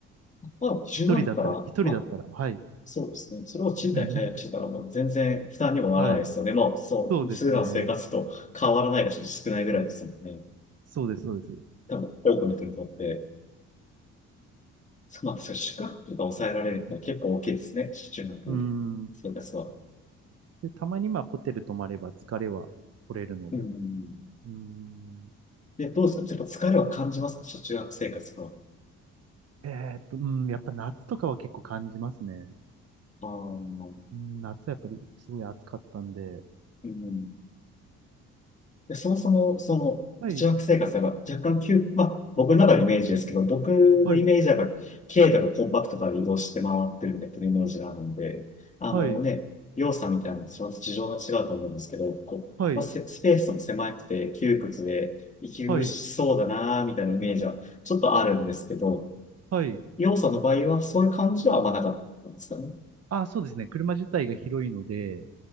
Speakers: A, on the left; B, on the right.
A: まあ、10万だったら、
B: 一人だったら、一人だったら、
A: まあ、
B: はい。
A: そうですね。それを賃貸解約してたら、
B: <laughs>
A: もう全然負担にもならないですよね。
B: はい。
A: まあ、そう、
B: そうですね。
A: 普段の生活と変わらないがちょっと少ないぐらいですもんね。
B: そうです、そうです。う
A: 多分、多くの人にとって、まあ、そう宿泊とか抑えられると結構大きいですね。中学生活は。
B: ーん。で、たまにまあホテル泊まれば疲れは取れるので。
A: うん。
B: うーん。
A: で、どうですかちょっと疲れは感じますか中学生活は。
B: えーっと、うん、やっぱ夏とかは結構感じますね。
A: ああ、う
B: うん、夏はやっぱりすごい暑かったんで。
A: ん。で、そもそも、その、
B: はい、
A: 中学生活が若干急、まあ、僕の中のイメージですけど、僕のイメージはやっぱ、
B: はい、
A: 軽とかコンパクトから移動して回ってるみたいなイメージがあるんで、あのね、
B: はい、
A: 要素みたいなのと事情が違うと思うんですけど、こう、
B: はい、
A: まあ、せスペースも狭くて窮屈で、息苦しそうだなーみたいなイメージはちょっとあるんですけど、
B: はい、はい。
A: 要素の場合はそういう感じはあんまなかったんですかね。
B: あ、そうですね。車自体が広いので、